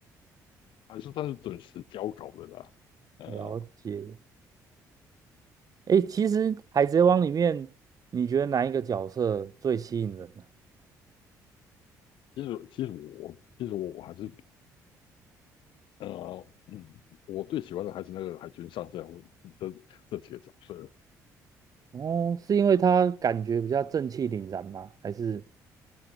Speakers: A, on the left; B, on the right.
A: 还是算是准时交稿的啦。呃，
B: 了解。诶，其实《海贼王》里面，你觉得哪一个角色最吸引人？呢？
A: 其实其实我其实我还是呃嗯，我最喜欢的还是那个海军上将这这几个角色
B: 哦，是因为他感觉比较正气凛然吗？还是